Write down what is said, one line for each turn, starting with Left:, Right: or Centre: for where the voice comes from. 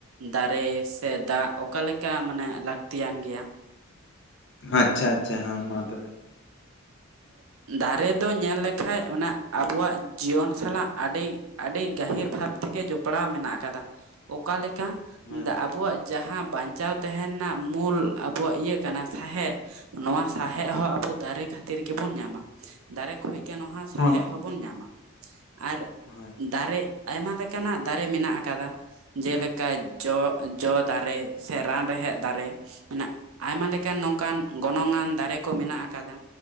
Right: ᱫᱟᱨᱮ ᱥᱮ ᱫᱟᱜ ᱚᱠᱟᱞᱮᱠᱟᱱ ᱢᱟᱱᱮ ᱞᱟᱹᱠᱛᱤᱭ ᱟᱱ ᱜᱮᱭᱟ
Left: ᱟᱪᱪᱷᱟ ᱟᱪᱪᱷᱟ ᱦᱮᱸ ᱢᱟ ᱛᱚᱵᱮ
Right: ᱫᱟᱨᱮ ᱫᱚ ᱧᱮᱞ ᱞᱮᱠᱷᱟᱡ ᱚᱱᱟ ᱟᱵᱚᱣᱟᱜ ᱡᱤᱭᱚᱱ ᱥᱟᱞᱟᱜ ᱟᱹᱰᱤ ᱟᱹᱰᱤ ᱜᱟᱹᱦᱤᱨ ᱵᱷᱟᱵᱽ ᱛᱮᱜᱮ ᱡᱚᱯᱲᱟᱣ ᱢᱮᱱᱟᱜ ᱟᱠᱟᱫᱟ ᱚᱠᱟ ᱞᱮᱠᱟ
Left: ᱦᱳᱭ
Right: ᱟᱵᱚᱣᱟᱜ ᱡᱟᱦᱟᱸ ᱵᱟᱧᱪᱟᱣ ᱛᱟᱦᱮᱸᱱ ᱨᱮᱱᱟᱜ ᱢᱩᱞ ᱟᱵᱚᱣᱟᱜ ᱤᱭᱟᱹ ᱠᱟᱱᱟ ᱥᱟᱦᱮᱫ ᱱᱚᱣᱟ ᱥᱸᱟᱦᱮᱫ ᱦᱚᱸ ᱟᱵᱚ ᱫᱟᱨᱮ ᱠᱷᱟᱹᱛᱤᱨ ᱛᱤᱨᱮ ᱜᱮᱵᱚᱱ ᱧᱟᱢᱟ ᱫᱟᱨᱮ ᱠᱷᱚᱡ ᱜᱮ ᱱᱚᱣᱟ ᱥᱟᱦᱮᱫ
Left: ᱦᱳᱭ
Right: ᱦᱚᱸᱵᱚᱱ ᱧᱟᱢᱟ᱾ ᱟᱨ
Left: ᱦᱳᱭ
Right: ᱫᱟᱨᱮ ᱟᱭᱢᱟ ᱞᱮᱠᱟᱱᱟᱜ ᱫᱟᱨᱮ ᱢᱮᱱᱟᱜ ᱟᱠᱟᱫᱟ ᱡᱮᱞᱮᱠᱟ ᱡᱚ-ᱡᱚ ᱫᱟᱨᱮ ᱥᱮ ᱨᱟᱱ ᱨᱮᱦᱮᱫ ᱫᱟᱨᱮ᱾ ᱟᱭᱢᱟ ᱞᱮᱠᱟᱱ ᱱᱚᱝᱠᱟᱱ ᱜᱚᱱᱚᱝ ᱟᱱ ᱫᱟᱨᱮ ᱠᱚ ᱢᱮᱱᱟᱜ ᱟᱠᱟᱫᱟ᱾